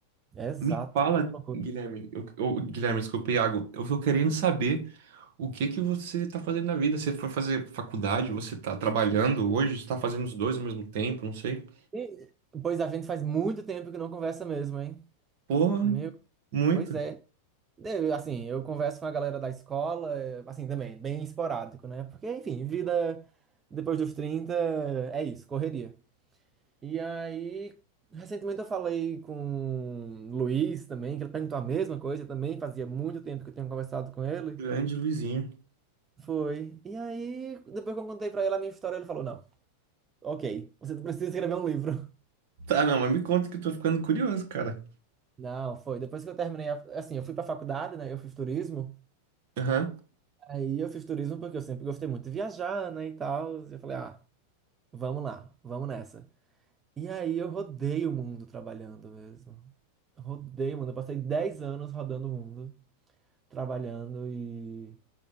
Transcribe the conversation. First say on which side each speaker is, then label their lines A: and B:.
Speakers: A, on the right; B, on the right.
A: Exato.
B: Me fala,
A: Que loucura.
B: Guilherme, eu, eu- Guilherme, desculpa, Iago, eu tô querendo saber o que que você tá fazendo na vida. Você foi fazer faculdade, você tá trabalhando hoje, você tá fazendo os dois ao mesmo tempo, não sei.
A: E, pois a gente faz muito tempo que não conversa mesmo, hein?
B: Porra,
A: Meu,
B: muito.
A: pois é. Eu, assim, eu converso com a galera da escola, eh, assim, também, bem esporádico, né? Porque, enfim, vida depois dos 30 é isso, correria. E aí, recentemente eu falei com o Luiz também, que ele perguntou a mesma coisa também, fazia muito tempo que eu tinha conversado com ele.
B: Grande Luizinho.
A: Foi. E aí, depois que eu contei pra ele a minha história, ele falou: Não, ok, você precisa escrever um livro.
B: Tá, não, mas me conta que eu tô ficando curioso, cara.
A: <laughs> Não, foi. Depois que eu terminei, a- assim, eu fui pra faculdade, né? Eu fiz turismo.
B: Aham.
A: Aí eu fiz turismo porque eu sempre gostei muito de viajar, né? E tal. E eu falei: Ah, vamos lá, vamos nessa. E aí eu rodei o mundo trabalhando mesmo. Rodei o mundo. Eu passei 10 anos rodando o mundo. trabalhando e